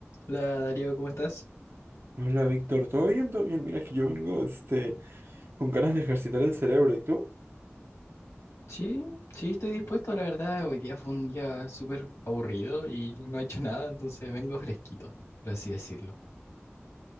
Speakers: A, on the left (about 80°); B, on the right (about 60°).
A: Hola Darío, ¿cómo estás?
B: Hola Víctor, ¿todo bien? ¿Todo bien? Mira que yo vengo este, con ganas de ejercitar el cerebro, ¿y tú?
A: Sí, sí, estoy dispuesto, la verdad. Hoy día fue un día súper aburrido y no he hecho nada, entonces vengo fresquito, por así decirlo.